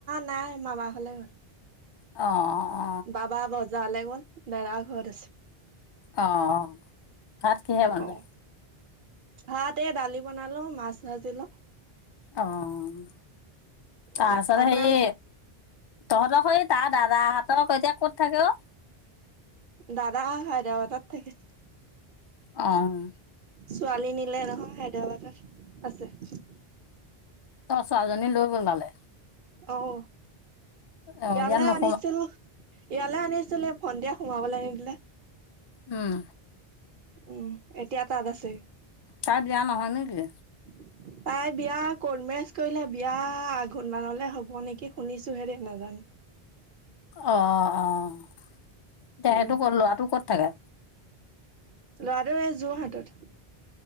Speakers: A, on the right; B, on the left.
A: নাই মামা ঘলে গ'ল।
B: অ'। অ
A: বাবা বজাৰলৈ গ'ল দাদা ঘৰত আছে।
B: অ', ভাত কিহে বনালি?
A: অ ভাত এ দালি বনালো মাছ ভাজিলো।
B: অ',
A: অ
B: তাৰপিছত
A: আপোনালোক
B: হেৰি তহঁতৰ সেই তাৰ দাদাহঁত এতিয়া ক'ত থাকে অ'?
A: দাদা হায়দাবাদত থাকে।
B: অ'।
A: ছোৱালী নিলে নহয় হায়দৰাবাদত আছে।
B: অ', ছোৱালিজনী লৈ গ'ল মানে?
A: অহ
B: অ
A: ইয়ালে
B: ইয়াত নোসোমা
A: আনিছিল। ইয়ালৈ আনিছিলে ভন্তীয়ে সোমাবলৈ নিদিলে।
B: উম।
A: উম, এতিয়া তাত আছে।
B: তাই বিয়া নহয় নেকি?
A: <inaudible> তাই বিয়া ক'টমেৰেজ কৰিলে বিয়া আঘোণ মানলৈ হ'ব নেকি শুনিছো হে দে নাজানো।
B: অ', অ', এতিয়া সেইটো
A: অ'
B: ক'ত ল'ৰাটো ক'ত থাকে?
A: ল'ৰাটো এই যোৰহাটত।